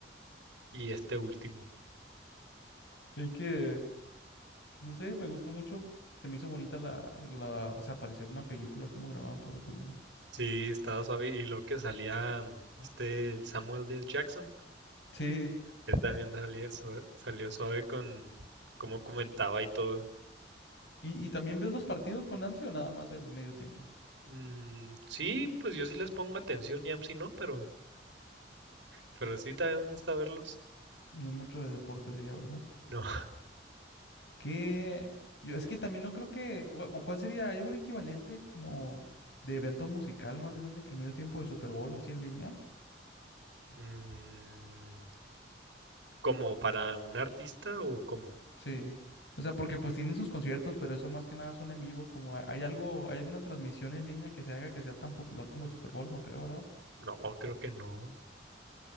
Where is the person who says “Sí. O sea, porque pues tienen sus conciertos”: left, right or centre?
Left